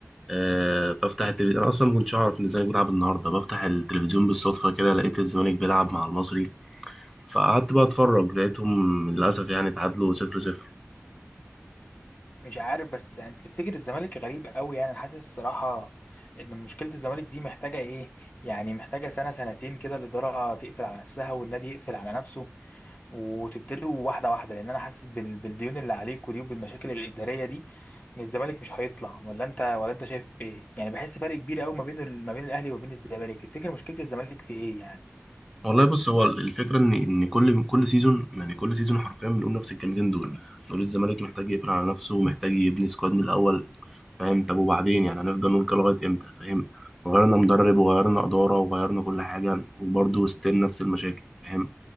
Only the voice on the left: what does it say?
مش عارف بس يعني بتفتكر الزمالك غريب قوي يعني انا حاسس الصراحه ان مشكله الزمالك دي محتاجه ايه يعني محتاجه سنه سنتين كده الاداره تقفل على نفسها والنادي يقفل على نفسه وتبتدوا واحده واحده لان انا حاسس بال- بالديون اللي عليكوا دي وبالمشاكل الاداريه دي ان الزمالك مش هيطلع ولا انت ولا انت شايف ايه يعني بحس فرق كبير قوي ما بين ال- ما بين الاهلي وما بين الزمالك تفتكر مشكله الزمالك في ايه يعني